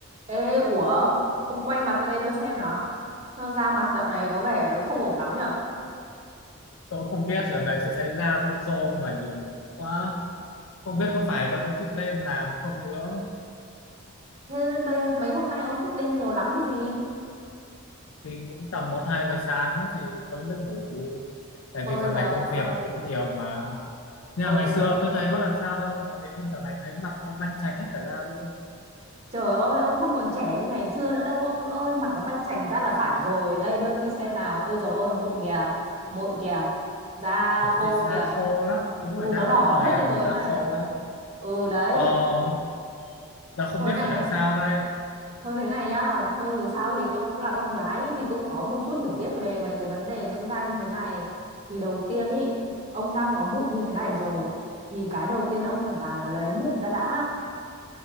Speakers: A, on the right (about 30°); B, on the left (about 70°).
A: Ê, ủa, ông quay mặt ra đây tôi xem nào. Nó Da mặt dạo này có vẻ không ổn lắm nhở.
B: tôi không biết là này sẽ xảy ra tôi khô mà nhiều mũi quá không biết có phải do tôi thức đêm làm không nữa
A: Thế nên bây mấy hôm nay ông thức đêm nhiều lắm cái gì?
B: thì cũng tầm một hai giờ sáng thì tôi mới ngủ tại
A: Ôi
B: vì giờ
A: giời
B: này công
A: ơi,
B: việc cũng nhiều mà nhưng
A: ôi
B: mà ngày xưa
A: giời ơi.
B: tôi thấy có làm sao đâu mà tự nhiên giờ này thấy mặt nó banh chành hết cả da luôn
A: Trời ơi, ông không còn trẻ như ngày xưa nữa đâu ông ơi, mặt nó banh chành ra là phải rồi. Đây đưa tôi xem nào. Ôi giời ơi, mụn kìa, mụn kìa, da
B: mà
A: khô
B: tôi thấy da
A: kìa.
B: khô lắm đúng
A: Ừ,
B: rồi đang
A: nó đỏ
B: giữa mùa hè
A: hết lên
B: mà
A: rồi
B: da
A: này.
B: khô lắm
A: Ừ đấy,
B: ờ giờ không
A: thôi
B: biết
A: này
B: phải làm
A: nhá.
B: sao đây
A: Thôi thế này nhá, thôi dù sao thì tôi cũng là con gái thì cũng có một chút hiểu biết về mấy cái vấn đề dưỡng da như thế này. Thì đầu tiên ý, ông đang có mụn như thế này rồi thì cái đầu tiên ông phải làm là lấy mụn ra đã,